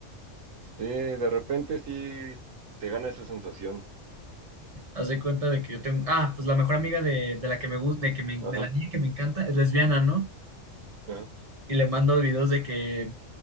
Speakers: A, on the right (about 85°); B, on the right (about 30°).
A: Sí, de repente sí te gana esa sensación.
B: Haz de cuenta de que yo tengo, ah, pues la mejor amiga de, de la que me gusta, de que me-
A: Ajá,
B: de la niña que me encanta, es lesbiana, ¿no?
A: ajá.
B: Y le mando videos de que